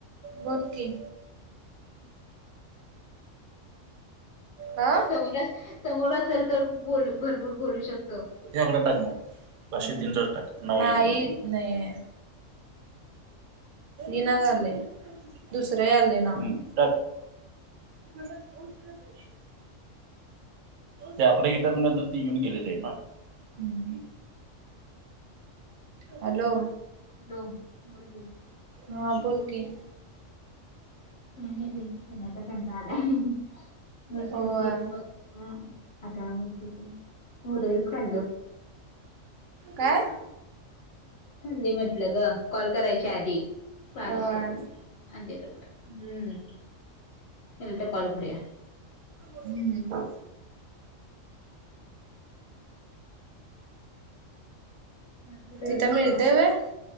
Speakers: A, on the right; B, on the left.
A: बोल की
B: <unintelligible>
A: आ
B: समोरच समोर असेल तर बोलू भरपूर बोलू शकतो.
A: ते आकडा टाक मग पाचशे तीन चाच टाक. नाही येत नाही. इना झालंय दुसरं यालय नाव. <unintelligible> ते आकडे घेतल्या नंतर ती येऊन गेलेली हाय ना. हम्म हॅलो
B: हॅलो, बोल बोल.
A: हा बोल की
B: काय नाही बई मला आत कंटाळा आलाय. मस्त
A: होय.
B: पैकी हू आता मस्त पैकी नूडल्स खाल्लो.
A: काय?
B: दे म्हटलं ग कॉल करायच्या आधी पार्सल
A: होय
B: आणलेलं होत, हम्म. तर नंतर कॉल करूया.
A: हम्म
B: <inaudible>
A: तिथं मिळतय व्हय